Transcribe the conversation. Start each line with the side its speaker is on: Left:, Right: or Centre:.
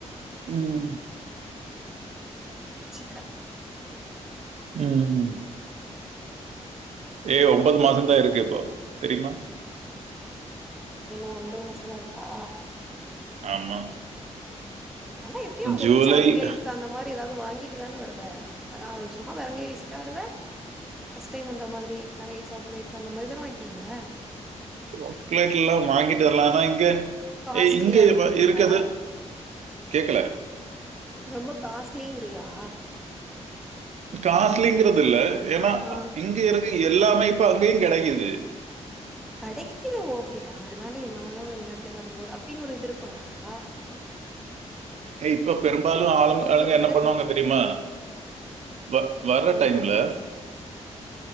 Right: ம்.
Centre: வச்சிக்கிறேன்
Right: உஹம் ஏ ஒன்பது
Centre: அப்போ
Right: மாசம்தான் இருக்கு இப்போ தெரியுமா
Centre: என்னா இன்னும் ஒன்பது மாசம் தான் இருக்கா
Right: ஆமா
Centre: உம் ஆனா எப்பயும் அங்க இருந்து
Right: ஜூலை
Centre: சாக்லேட்ஸ் அந்த மாதிரி ஏதாவது வாங்கிட்டு தானே வருவ வர சும்மா வெறும் கைய வீசிகிட்டா வருவ பர்ஸ்ட் டைம் வந்த மாதிரி நிறைய சாக்லேட்ஸ் அந்த மாதிரி தானே வாங்கி வருவ
Right: சாக்லேட் எல்லாம் வாங்கிட்டு வரலாம் ஆனா இங்க
Centre: காஸ்ட்லியா
Right: ஏ இங்க
Centre: இருக்குங்கிறியா
Right: இருக்குது கேக்கல
Centre: ரொம்ப காஸ்ட்லிங்கிறியா
Right: காஸ்லிங்கிறது இல்ல ஏன்னா
Centre: ஆ
Right: இங்க இருக்கை எல்லா இப்ப அங்கியு கெடைக்குது
Centre: கடைக்கு ஓகேடா ஆனால என்ன வந்து வெளிநாட்டுல இருந்து வருபோது ப்டின் ஒரு இது இருக்கு இல்லடகா
Right: ஏ இப்ப பெரும்பாலு ஆளுங்
Centre: எனக்கு
Right: ஆளுங்க
Centre: ஒரு
Right: என்ன
Centre: ட்ரெஸ்
Right: பண்ணுவாங்க தெரியுமா வ வர்ற
Centre: ஏய்
Right: டைம்ல
Centre: நீ எனக்கு